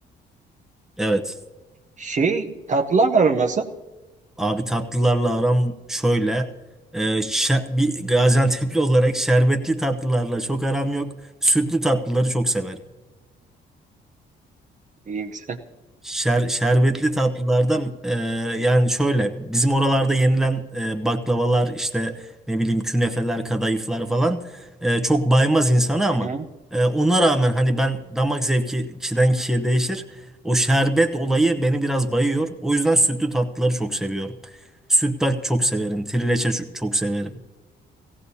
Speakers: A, in the centre; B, on the right.
A: Evet.
B: Şey tatlılar aran nasıl?
A: Abi tatlılarla aram şöyle. e, şe- bir Gaziantep'li <laughs> olarak şerbetli tatlılarla çok aram yok. Sütlü tatlıları çok severim.
B: İyi, güzel.
A: Şer, şerbetli tatlılardan e, yani şöyle bizim oralarda yenilen e, baklavalar işte ne bileyim künefeler kadayıflar falan e, çok baymaz insanı ama
B: Hı hı.
A: e, ona rağmen hani ben damak zevki kişiden kişiye değişir. O şerbet olayı beni biraz bayıyor. O yüzden sütlü tatlıları çok seviyorum. Sütlaç çok severim. Trileçe şu- çok severim.